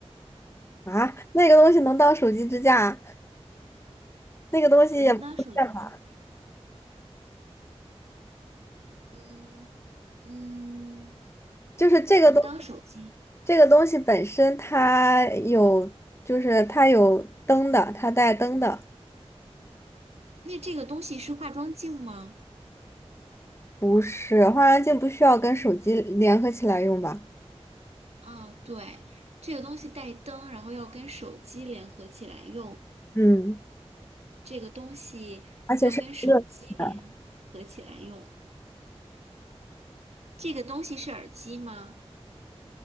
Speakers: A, on the left; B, on the right.
A: 啊，那个东西能当手机支架，那个东西也不是电脑，
B: 能当手机屏幕？嗯嗯，
A: 就是这个东。
B: 能当手机。
A: 这个东西本身它有，就是它有灯的，它带灯的，
B: 那这个东西是化妆镜吗？
A: 不是化妆镜不需要跟手机联合起来用吧？
B: 哦，对，这个东西带灯，然后要跟手机联合起来用，
A: 嗯，
B: 这个东西要跟手机联合起来用。
A: 而且是热的。
B: 这个东西是耳机吗？